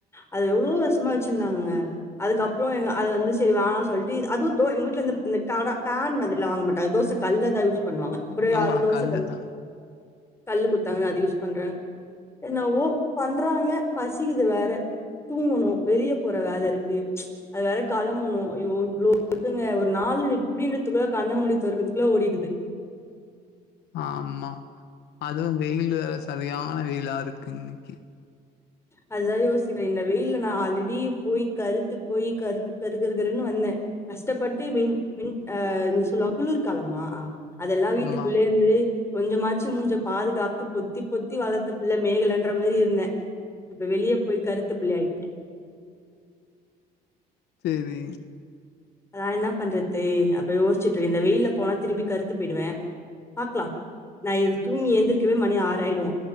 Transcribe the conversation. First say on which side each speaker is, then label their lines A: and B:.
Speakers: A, on the left (about 15°); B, on the left (about 75°).
A: அது எவ்ளோ வருஷமா வச்சிருந்தாங்கங்க அதுக்கப்ரோ எங்க அத வந்து சரி வேணா சொல்ட் அதுவு தோ எங்க வீட்ல வந்து கட தோ பேன் மாதிரிலா வாங்க மாட்டாங்க தோச கல்ல தா யூஸ் பண்ணுவாங்க அப்புறோ யாரோ
B: ஆமா
A: தோச
B: கல்லு
A: கல்
B: தா
A: கல்லு குத்தாங்க அது யூஸ் பண்ற என்னாவோ பண்றாங்க பசிக்கிது வேற தூங்கணு வெளிய போற வேல இருக்கு அது வேற களம்பணு ஐயோ இவ்ளோ இருக்குங்க ஒரு நாளு இப்டின்றதுக்குள்ள கண்ண மூடி தொறக்கறதுக்குள்ள ஓடிடுது
B: ஆமா அதுவு வெயிலு வேற சரியான வெயிலா இருக்கு இன்னிக்கி
A: அதுதா யோசிக்கற இந்த வெயில்ல நா ஆல்ரெடி போய் கருத்து போய் கரு கரு கருன்னு வந்த கஷ்டப்பட்டு வின் வின் அ என்ன சொல்லுவாங் குளிர்காலமா அதெல்லா வீட்டுக்குள்ளே
B: ஆமா
A: இந்து கொஞ்சமாச்சி மூஞ்ச பாதுகாத்து பொத்தி பொத்தி வளத்த புள்ள மேகலன்ற மாரி இருந்த இப்ப வெளிய போய் கருத்த புள்ள ஆய்ட
B: செரி
A: அதா என்னா பண்றது அப்டி யோஸ்ச்சிட்டுருந்த இந்த வெயில்ல போனா திரும்பி கருத்து பேய்டுவே பாக்லா நா இது தூங்கி எந்திரிக்கவே மணி ஆறாயிடு